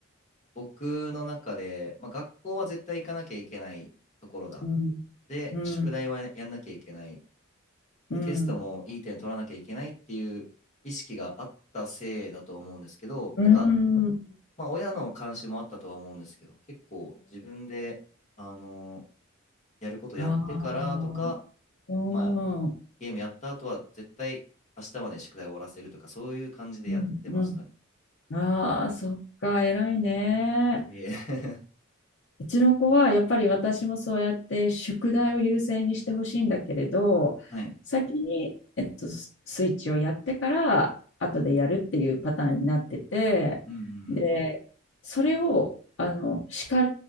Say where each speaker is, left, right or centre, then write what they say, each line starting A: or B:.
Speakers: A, on the left (about 35°); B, on the left (about 65°).
A: 僕の中で、まあ、学校は絶対行かなきゃいけないところだ。
B: うんうんうん
A: で、宿題はやんなきゃいけない。で、
B: うんうん
A: テストもいい点取らなきゃいけないっていう意識があったせいだと思うんですけど、
B: うん
A: なんか、まあ、親の監視もあったとは思うんですけど、結構自分で、あのやることやってからとか、
B: ああうん、
A: まあ、
B: う
A: ゲームやった後は絶対明日までに宿題終わらせるとか、そういう感じでやってましたね。
B: ん、うん。ああ、そっか、偉いね。
A: いえ <laughs>
B: うちの子はやっぱり私もそうやって宿題を優先にしてほしいんだけれど、
A: はい。
B: 先に、えっと、ススイッチをやってから後でやるっていうパターンになってて、
A: うんうんうんうん。
B: で、それをあの叱